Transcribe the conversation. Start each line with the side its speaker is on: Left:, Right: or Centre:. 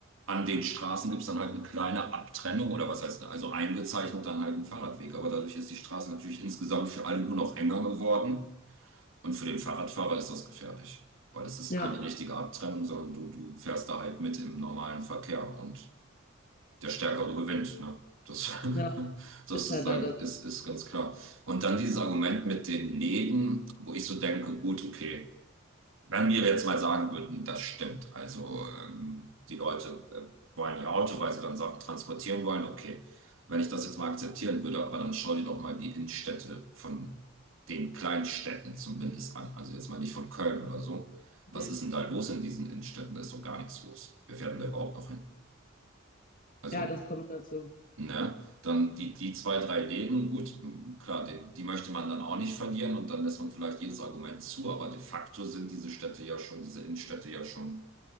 Right: an den Straßen gibt's dann halt eine kleine Abtrennung oder was heißt, also eingezeichnet dann halt ein Fahrradweg. Aber dadurch ist die Straße natürlich insgesamt für alle nur noch enger geworden. Und für den Fahrradfahrer ist das gefährlich, weil es ist
Left: Ja,
Right: keine richtige Abtrennung, sondern du, du fährst da halt mit im normalen Verkehr und der Stärkere gewinnt. Ne? Das,
Left: ja,
Right: <laughs> das
Left: ist
Right: ist,
Left: halt leider
Right: da- ist,
Left: so.
Right: ist ganz klar. Und dann dieses Argument mit den Läden, wo ich so denke, gut, okay, wenn wir jetzt mal sagen würden, das stimmt, also ähm, die Leute äh, wollen ihr Auto, weil sie dann Sachen transportieren wollen, okay, wenn ich das jetzt mal akzeptieren würde, aber dann schau dir doch mal die Innenstädte von den Kleinstädten zumindest an, also jetzt mal nicht von Köln oder so. Was
Left: Mhm.
Right: ist denn da los in diesen Innenstädten? Da ist doch gar nichts los. Wer fährt denn da überhaupt noch hin? Also.
Left: Ja, das kommt dazu.
Right: Ne? Dann die, die zwei, drei Läden, gut, m, klar, die, die möchte man dann auch nicht verlieren und dann lässt man vielleicht jedes Argument zu, aber de facto sind diese Städte ja schon, diese Innenstädte ja schon